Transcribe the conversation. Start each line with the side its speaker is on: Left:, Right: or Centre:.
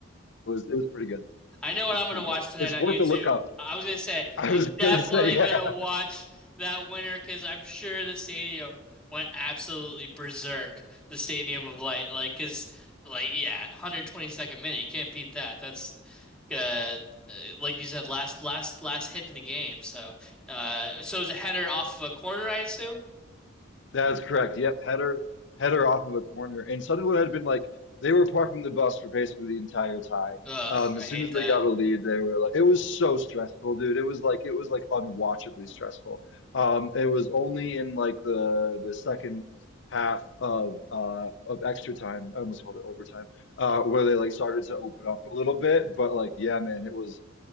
Left: was, it was pretty good. It
Centre: I know what
Left: was
Centre: I'm
Left: pretty
Centre: gonna watch
Left: good.
Centre: tonight
Left: It's
Centre: on
Left: worth
Centre: YouTube.
Left: a look up.
Centre: I was gonna say
Left: I
Centre: I'm
Left: was gonna
Centre: definitely
Left: say, yeah.
Centre: gonna watch that winner because I'm sure the stadium went absolutely berserk. The Stadium of Light, like, cause, like, yeah, 122nd minute, you can't beat that. That's, uh, uh, like you said, last last last hit of the game. So, uh, so it was a header off of a corner, I assume.
Left: That's correct. Yep, header header off of a corner, and Sunderland had been like they were parking the bus for basically the entire tie.
Centre: Ugh,
Left: Um,
Centre: I
Left: as
Centre: hate
Left: soon as
Centre: that.
Left: they got a lead, they were like, it was so stressful, dude. It was like it was like unwatchably stressful. Um, it was only in like the the second half of uh of extra time, I almost called it overtime, uh, where they like started to open up a little bit. But like, yeah, man, it was.